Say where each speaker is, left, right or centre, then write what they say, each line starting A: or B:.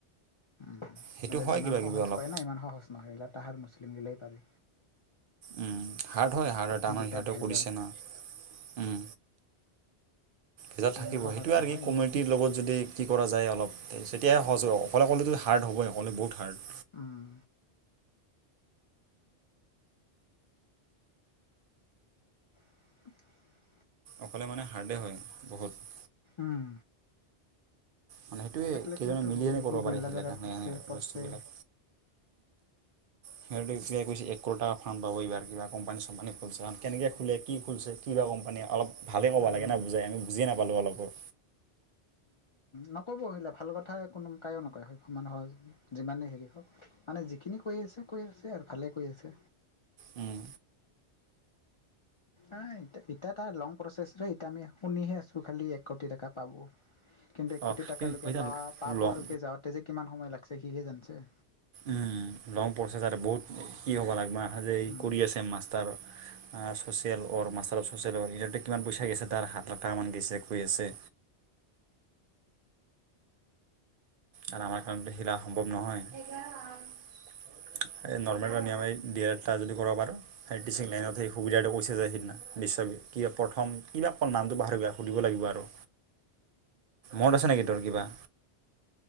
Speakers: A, on the left; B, on the right.
A: উম
B: সেইটো
A: এইলে
B: হয়
A: যিমান
B: কিবা
A: সহজ
B: কিবি অলপ
A: কয় না ইমান সহজ নহয় এইবিলাক। তাহাৰ মুছলিম গিলাই পাৰে।
B: উম হাৰ্ড হয় হাৰ্ড হয়
A: যেতিয়া
B: আৰ সিহঁতেও
A: ভেজাল
B: কৰিছে না উম ভেজাল থাকিব
A: ইমান সহজ
B: সেইটো আৰু
A: নহয়
B: কি
A: এইগিলা
B: কমিউটিৰ লগত যদি কি কৰা যায় অলপ। এতিয়া সহজ অকলে হাৰ্ডৱ হ'বই নকলে বহুত হাৰ্ড।
A: উম। <inaudible>
B: অকলে মানে হাৰ্ডেই হয় বহুত।
A: উম।
B: মানে সেইটোৱে
A: একলে
B: কেইজনে
A: একলেতটো
B: মিলি
A: হ'ব
B: সেনে কৰিব
A: সি
B: পাৰে
A: মেলনা
B: সেইবিলাক
A: জাগগা
B: সেনেকা
A: ঘূৰ্ছে পঢ়ছে
B: বস্তুবিলাক সিহঁতে কৈছে একোটা ফাৰ্ম পাব এইবাৰ কিবা কোম্পানী চোম্পানী খোলছে কাৰ কেনেকে খোলে কি খোলছে কিবা কোম্পানী অলপ। ভালে'ব
A: উম,
B: লাগে ন বুজাই আমি। বুজি নাপালোঁ অলপো।
A: নক'ব আহিলা ভাল কথা কোনো কায়ো নকয় মানুহক যিমানেই হেৰি হওক মানে যিখিনি কৈ আছে কৈ আছে আৰু ভালেই কৈ আছে
B: উম।
A: এ এটা লং প্ৰচেছ এ আমি শুনিহে আছোঁ খালি এক কোটি টকা পাব। কিন্তু এক
B: অঁ
A: কোটি টকালৈ
B: এতিয়া
A: প পাবলৈকে
B: লং
A: যাওঁতে যে কিমান সময় লাগিছে সিহে জানছে। তে।
B: উম লং পচেছ আৰু বহুত কি হ'ব লাগব না। আজি
A: উম,
B: কৰি আছে মাষ্টাৰ। তেল অৰ মাচ চচিয়েল ৱ কিমান পইচা গৈছে তাৰ সাত লাখ টাকা মান গৈছে কৈ আছে। আৰু আমাৰ কাৰণ সিলা সম্ভৱ নহয় এই নৰ্মেলম দিয়া এটা যদি কৰ বাৰু সেই টিচিং লাইনত সেই সুবিধাটো কৈছে যোয় সিদিনা বিশ্ব কা প্ৰথম কিবা অ নামটো প সুধিব লাগিব আৰু মত আছে নেকি তোৰ কিবা।